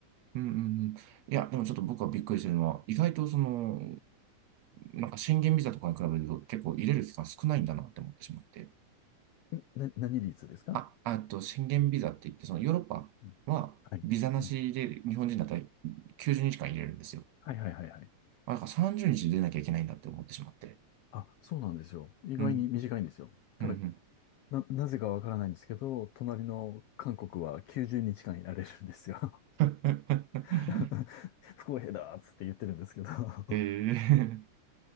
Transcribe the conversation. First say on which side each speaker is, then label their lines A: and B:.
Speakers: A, on the right (about 70°); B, on the left (about 80°).
A: うんうんうん。いや、でもちょっと僕はびっくりしてるのは、意外とその、なんか宣言ビザとかに比べると結構入れる期間少ないんだなって思ってしまって。
B: んな、何率ですか
A: あ、あと宣言ビザって言って、そのヨーロッパはビザなしで日本人だったら
B: うんはい。うん
A: 90日間入れるんですよ。
B: はいはいはいはい。
A: あ、だから30日出なきゃいけないんだって思ってしまって。
B: あ、そうなんですよ。意外に短いんですよ。
A: うん、
B: ただ、
A: うん、うん。
B: な、なぜかわからないんですけど、隣の韓国は90日間いられるんですよ。
A: <laughs>
B: <laughs> 不公平だーっつって言ってるんですけど <laughs>
A: ええ